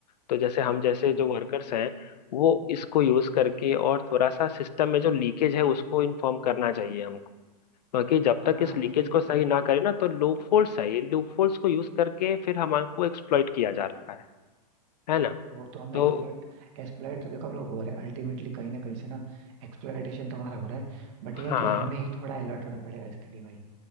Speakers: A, on the left (about 75°); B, on the right (about 50°).
A: तो जैसे हम जैसे
B: हाँ
A: जो वर्कर्स हैं वो इसको यूज करके और थोड़ा सा सिस्टम में जो लीकेज है उसको इन्फॉर्म करना चाहिए हमको क्योंकि जब तक
B: हाँ
A: इस लीकेज
B: ये
A: को
B: चीज
A: सही ना करें ना तो लूपहोल्स है ये लूपहोल्स को यूज करके फिर हमको एक्सप्लॉइट किया जा रहा है है ना
B: वो तो हम
A: तो
B: एक्सप्लॉइट एक्सप्लॉइट तो देखो हम लोग हो रहे हैं अल्टीमेटली कहीं ना कहीं से ना एक्सप्लॉइटेशन तो हमारा हो रहा है बट ये है
A: हाँ
B: कि हमें ही थोड़ा अलर्ट होना पड़ेगा इसके लिए भाई